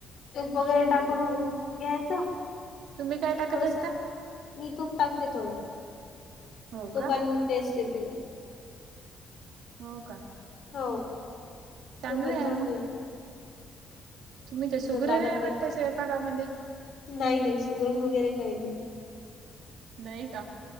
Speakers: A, on the left; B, on the right.
A: वगैरे टाक पण
B: हो.
A: घ्यायचं
B: तुम्ही काय टाकत
A: थोडस
B: असता?
A: मी तूप टाकते थोडं
B: हो
A: तूपनी
B: का
A: टेस्ट येते.
B: हो का
A: हो
B: चांगलं
A: तो पण
B: आहे
A: चांगलला.
B: मग. तुम्ही तर सुगरण
A: लागत
B: आहे
A: नाही
B: वाटते स्वयपाक मध्ये
A: नाही नाही सुगरण वगैरे काही नाही.
B: नाही का.